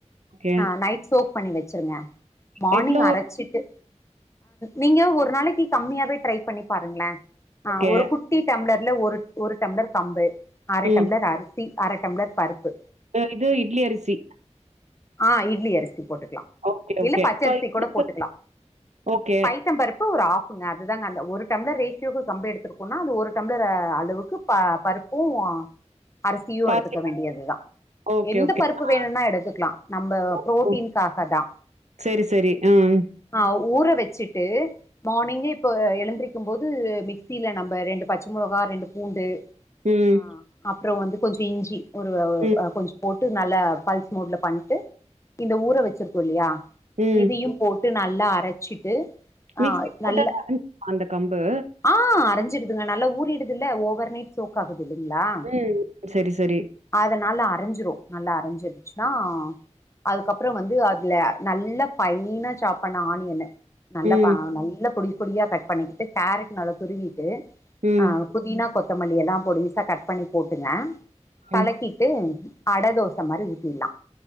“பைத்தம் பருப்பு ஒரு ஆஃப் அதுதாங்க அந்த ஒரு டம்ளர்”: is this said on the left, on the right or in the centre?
Left